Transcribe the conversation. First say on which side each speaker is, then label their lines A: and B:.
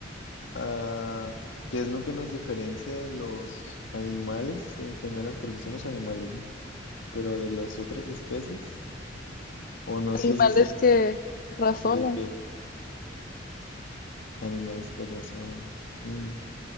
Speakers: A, on the left (about 85°); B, on the left (about 50°).
A: a qué es lo que nos diferencia de los animales en general, porque somos animales, ¿no? pero de las otras especies, o no
B: animales
A: sé si sea
B: que razonan.
A: de qué animales que razón. Mm.